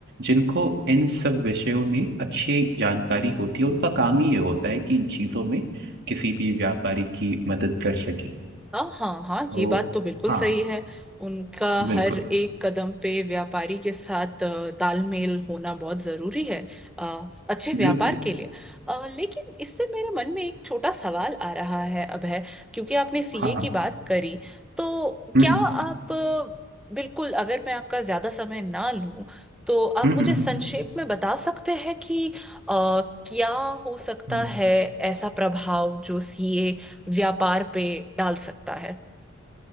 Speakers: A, on the right (about 55°); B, in the centre.
A: जिनको इन सब विषयों में अच्छी जानकारी होती है उनका काम ही ये होता है कि इन चीजों में किसी भी व्यापारी की मदद कर सके
B: हाँ हाँ हाँ
A: तो
B: ये बात तो बिल्कुल
A: हाँ
B: सही है उनका हर
A: बिल्कुल
B: एक कदम पे व्यापारी के साथ अ, तालमेल होना बहुत जरूरी है अ, अच्छे व्यापार
A: बिल्कुल
B: के लिए अ, लेकिन इससे मेरे मन में एक छोटा सवाल आ रहा है अब है क्योंकि आपने सीए
A: हाँ हाँ
B: की बात करी तो
A: हम्म
B: क्या आप अ, बिल्कुल अगर मैं आपका ज्यादा समय ना लूं तो आप
A: हम्म हम्म,
B: मुझे
A: हम्म।
B: संक्षेप में बता सकते हैं कि अ, क्या हो सकता
A: हम्म।
B: है ऐसा प्रभाव जो सीए व्यापार पे डाल सकता है